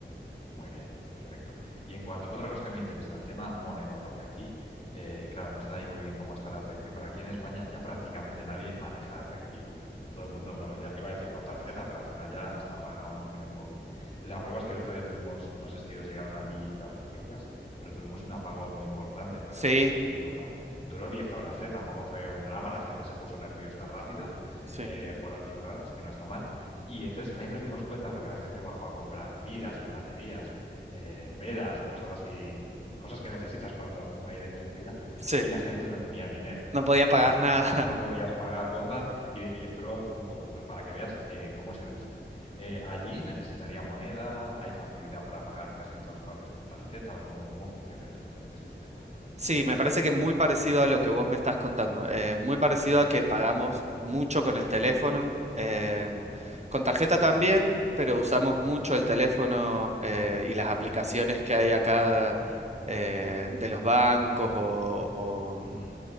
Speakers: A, on the left (about 30°); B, on the right (about 35°).
A: Muy bien, perfecto. Y en cuanto, otra cosa que me interesa, el tema moneda, porque aquí, eh, claro, no sé ahí muy bien cómo está la tradición, pero aquí en España ya prácticamente nadie maneja efectivo. Todo el mundo, bueno, ya iba a decir con tarjeta, pero al final ya hasta pagábamos con el móvil. La prueba es que el otro día tuvimos, no sé si os llegaron allí las noticias, pero tuvimos un apagón muy importante en varios
B: Sí,
A: países de Europa. Duró 10 horas, ¿eh? Tampoco fue un drama, la gente se puso nerviosa rápido.
B: sí.
A: Eh, fueron 10 horas, que no está mal. Y entonces ahí nos dimos cuenta, porque la gente bajó a comprar pilas y baterías, eh, velas, cosas así, cosas que necesitas cuando no hay electricidad,
B: Sí,
A: y la gente no tenía dinero.
B: No podía pagar
A: Entonces
B: nada.
A: no, po- no
B: <laughs>
A: podías pagar con tal y, y entró un poco, ento- para que veas eh, cómo es el uso. Eh, allí necesitaría moneda, hay facilidad para pagar casi en todas partes con tarjeta, o cómo, cómo funciona eso, este sistema.
B: Sí, me parece que muy parecido a lo que vos me estás contando. eh, muy parecido a que pagamos mucho con el teléfono. em,
A: Vale,
B: con tarjeta
A: bien.
B: también, pero usamos mucho el teléfono eh, y las aplicaciones que hay acá eh, de los bancos o,
A: Ujú,